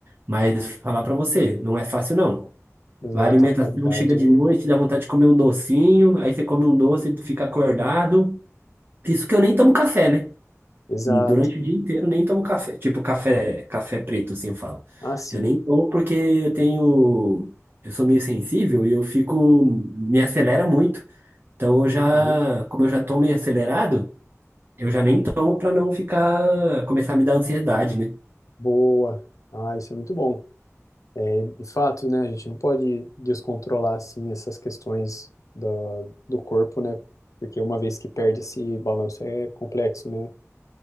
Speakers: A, on the right; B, on the left.
A: Mas falar pra você, não é fácil, não.
B: Exato,
A: A alimentação
B: a qualidade
A: chega de
B: é.
A: noite, dá vontade de comer um docinho, aí você come um doce, fica acordado. Isso que eu nem tomo café, né?
B: Exato.
A: Durante o dia inteiro eu nem tomo café. Tipo, café, café preto, assim eu falo.
B: Ah, sim,
A: Eu nem tomo porque eu tenho. Eu sou meio sensível e eu fico. Me acelera muito. Então
B: entendi.
A: eu já. Como eu já tô meio acelerado, eu já nem tomo pra não ficar. Começar a me dar ansiedade, né?
B: Boa. Ah, isso é muito bom. É, de fato, né, a gente não pode descontrolar, assim, essas questões do, do corpo, né? Porque uma vez que perde esse balanço é complexo, né?